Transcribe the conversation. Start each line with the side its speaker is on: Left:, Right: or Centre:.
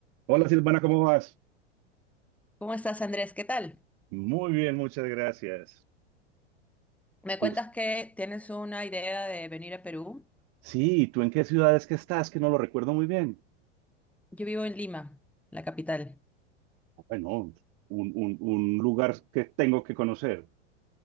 Right: Hola Silvana, ¿cómo vas?
Centre: ¿Cómo estás, Andrés? ¿Qué tal?
Right: Muy bien, muchas gracias.
Centre: Me
Right: Tú,
Centre: cuentas que tienes una idea de venir a Perú.
Right: sí, ¿tú en qué ciudad es que estás? Que no lo recuerdo muy bien.
Centre: Yo vivo en Lima, la capital.
Right: Bueno, un, un, un lugar que tengo que conocer.